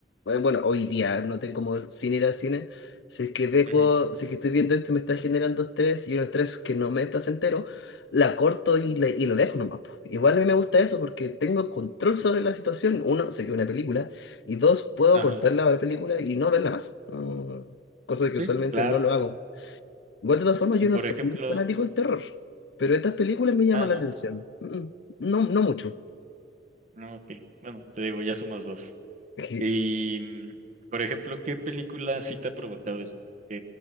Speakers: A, on the left; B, on the right.
A: eh, Bueno, hoy día no tengo como sin ir al cine. Si es que dejo,
B: Ujú.
A: si es que estoy viendo esto y me está generando estrés y un estrés que no me es placentero, la corto y, la- y lo dejo nomás. po. Igual a mí me gusta eso porque tengo control sobre la situación. Uno, sé que es una película y dos, puedo
B: Ajá.
A: cortarla a la película y no verla más. No, cosa que
B: Sí,
A: usualmente
B: claro.
A: no lo hago. Igual, de todas formas, yo
B: Y Por
A: no soy
B: ejemplo...
A: muy fanático del terror, pero estas películas me llaman
B: Ah, no.
A: la atención. Mm, mm, No, no mucho.
B: No, ok. Bueno, te digo, ya somos dos.
A: Es que,
B: Y, mm, por ejemplo, ¿qué película sí te ha provocado eso? Que